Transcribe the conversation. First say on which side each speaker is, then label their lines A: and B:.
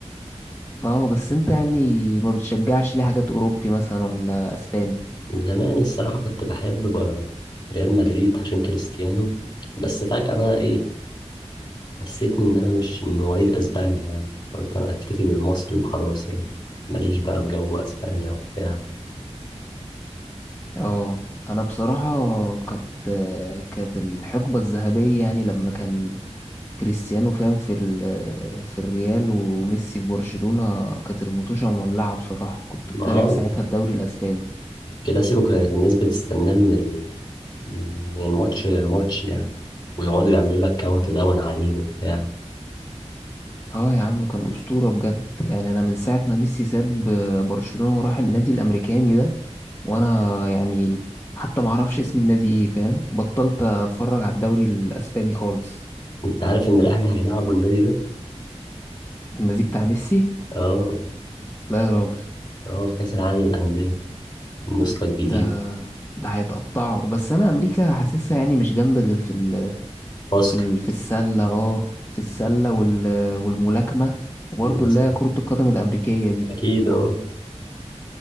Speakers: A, on the left; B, on the left.
A: اه بس أنت يعني ما بتشجعش ليه حاجات أوروبي مثلا ولا أسباني
B: زمان الصراحة كنت بحب ب- ريال مدريد عشان كريستيانو بس فجأة بقى ايه حسيتني ان انا مش من مواليد اسبانيا يعني قلت انا اكتفي بالمصري وخلاص يعني ماليش بقى في جو اسبانيا وبتاع
A: اه انا بصراحة كانت كانت الحقبة الذهبية يعني لما كان كريستيانو فاهم في ال... في الريال وميسي في برشلونة كانت المطوشة مولعة بصراحة كنت بتابع
B: ما اه
A: ساعتها الدوري الاسباني
B: كلاسيكو كانت الناس بتستناه من من الماتش للماتش يعني ويقعدوا يعملوا لك كاونت داون عليه وبتاع
A: اه يا عم كان اسطورة بجد يعني انا من ساعة ما ميسي ساب برشلونة وراح النادي الامريكاني ده وانا يعني حتى معرفش اسم النادي ايه فاهم بطلت اتفرج على الدوري الاسباني خالص
B: كنت عارف ان الاهلي هيلعبوا النادي ده
A: النادي بتاع ميسي
B: اه
A: لا يا راجل
B: اه في كاس العالم للانديه النسخه الجديده
A: ده ده هيتقطعوا بس انا امريكا حاسسها يعني مش جامده غير في ال...
B: باسكت
A: في ال... في السله اه في السله وال... والملاكمه وبرضه
B: بس
A: اللي هي كره القدم الامريكيه دي
B: اكيد اه